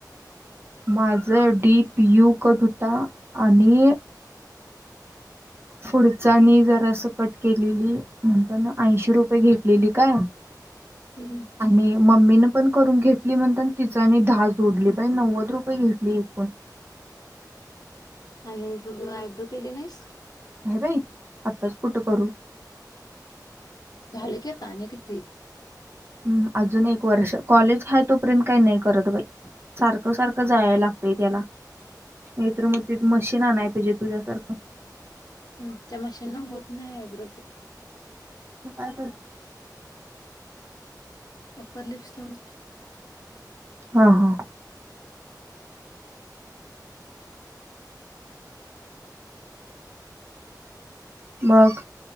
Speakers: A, on the right (about 35°); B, on the left (about 60°).
A: माझा डी पीयू कट होता आणि. पुढचानी जर असं कट केलेली म्हणता ना ऐंशी रुपये घेतलेली काय?
B: हम्म.
A: आणि मम्मी न. पण करून घेतली म्हण तिचानी धा जोडली बा, नव्वद रुपये घेतली एकूण.
B: आणि जुल आयब्रो केले नाहीस?
A: आहे बाई आताच कुठे करू?
B: झाले क ताने किती?
A: हम् अजून एक वर्ष कॉलेज ह तोपर्यंत काही नाही अजून एक वर्ष काॅलेज आहे तोपर्यंत काय नाय करत बाई, सारखं सारखं जायला लागतय त्याला नाहीतर मग तिथ मशीन आणाय पाहिजे तुझ्यासारखं.
B: हम्म त्या मशीन होत नाही आयब्रोच.
A: <unintelligible>
B: अपर लिप्स् थम.
A: हा हा. मग